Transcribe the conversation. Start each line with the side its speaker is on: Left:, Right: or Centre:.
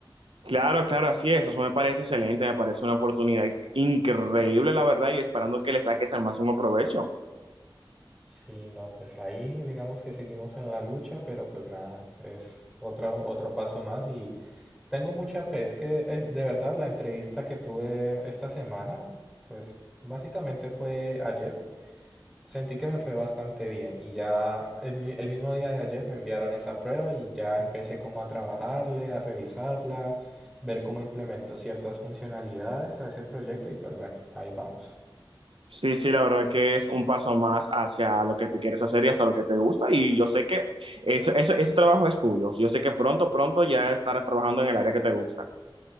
Right: Claro, claro, así es. Eso me parece excelente, me parece una oportunidad increíble, la verdad, y esperando que le saques al máximo provecho.
Centre: Sí, no, pues ahí digamos que seguimos en la lucha, pero pues nada, es otro, otro paso más y tengo mucha fe. Es que es, de verdad la entrevista que tuve esta semana, pues básicamente fue ayer, sentí que me fue bastante bien y ya el, mi- el mismo día de ayer me enviaron esa prueba y ya empecé como a trabajarle, a revisarla, ver cómo implemento ciertas funcionalidades a ese proyecto y pues bueno, ahí vamos.
Right: Sí, sí, la verdad que es un paso más hacia lo que tú quieres hacer y hacia lo que te gusta. Y yo sé que ese, ese, ese trabajo es tuyo. Yo sé que pronto, pronto ya estarás trabajando en el área que te gusta.